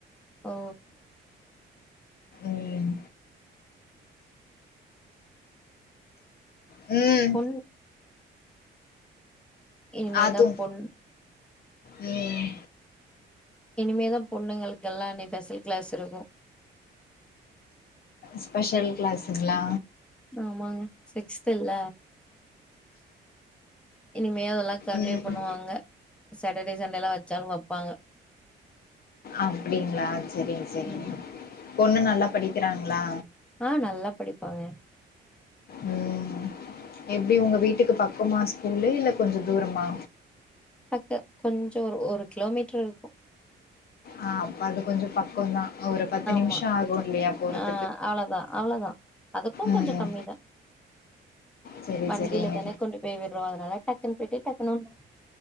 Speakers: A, in the centre; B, on the left.
A: ஓ
B: ம் ம்
A: ம் இனிமேதா
B: அது
A: பொண்
B: ம்
A: இனிமேதா பொண்ணுங்களுக்கெல்லா இனி ஃபெஸல் க்ளாஸ் இருக்கு
B: ஸ்பெஷல் க்ளாஸுங்ளா
A: ஆமாங் சிக்ஸ்த்துல இனிமேதா அதெல்லா கன்வே
B: ம்
A: பண்ணுவாங்க சேட்டடே சன்டேலா வெச்சாலு வெப்பாங்க
B: அப்டிங்ளா செரிங்க செரிங்க
A: ம்
B: பொண்ணு நல்லா படிக்கிறாங்ளா
A: ஆ நல்லா படிப்பாங்க
B: ம் எப்டி உங்க வீட்டுக்கு பக்கமா ஸ்கூலு இல்ல கொஞ்சொ தூரமா
A: பக்க கொஞ்சொ ஒரு ஒரு க்லோமீட்ரு இருக்கு
B: ஆ அப்ப அது கொஞ்சொ பக்கொந்தா ஒரு பத்து
A: ஆமா
B: நிமிஷோ ஆகு இல்லியா போறது
A: ஆ அவ்ளதா அவ்ளோதா அதுக்கு
B: ம்
A: கொஞ்சொ கம்மிதா
B: செரி
A: வண்டில
B: செரிங்க
A: தானே கொண்டு போய் விடுறோ அதனால டக்குனு போய்ட்டு டக்குனு வந்துற